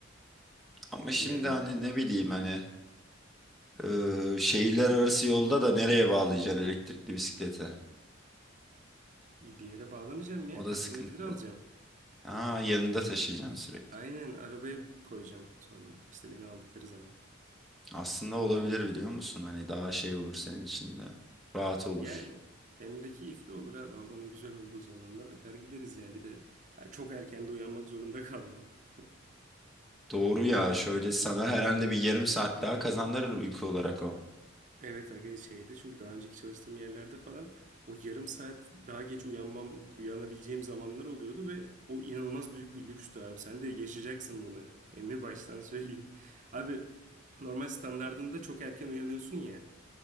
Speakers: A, in the centre; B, on the right.
A: Ama şimdi
B: Yani
A: hani ne bileyim hani e, şehirler arası yolda da nereye bağlayacaksın elektrikli bisiklete?
B: bir yere bağlamayacağım ya
A: O
B: katlanabilir
A: da sıkıntı.
B: alacağım.
A: Aa yanında taşıyacaksın sürekli.
B: Aynen arabaya koyacağım sonra. İşte beni aldıkları zaman.
A: Aslında olabilir biliyor musun? Hani daha şey olur senin için de. Rahat olur.
B: Yani hem de keyifli olur abi. Havanın güzel olduğu zamanlar akar gideriz yani. Bir de ha, çok erken de uyanmak zorunda kalmam. <laughs>
A: Doğru ya şöyle sana herhalde bir yarım saat daha kazandırır uyku olarak o.
B: Evet aga şeydi çünkü daha önceki çalıştığım yerlerde falan o yarım saat daha geç uyanmam, uyanabileceğim zamanlar oluyordu ve o inanılmaz büyük bir lükstü abi. Sen de yaşayacaksın bunu. Emmi baştan söyleyeyim. Abi normal standardında çok erken uyanıyorsun ya.